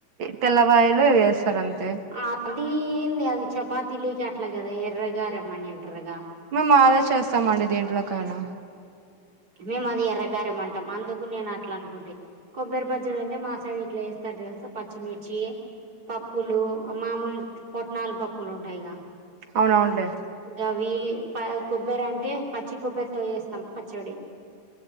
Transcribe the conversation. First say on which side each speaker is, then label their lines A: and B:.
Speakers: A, on the right; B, on the right.
A: తెల్లవాయలు ఇవేస్తరంతే
B: ఆ అదీ ఏంది అది చపాతీ లేకి అట్ల గదా ఎర్రగారం అని అంట్రర్ గా
A: మేమ్మాదే చేస్తామండి దేంట్లోకైనా
B: మేమది ఎర్రకారమంటం అందుకు నేను అట్లనుకుంటి కొబ్బరి పచ్చడంటే మా సైడ్ ఇట్ల జేస్తరు తెలుసా పచ్చిమిర్చి పప్పులు మామూలు పొట్నాల్ పప్పులుంటాయి గ
A: అవునవునులే
B: గవి ప కొబ్బరంటే పచ్చి కొబ్బరితో జేస్తం పచ్చడి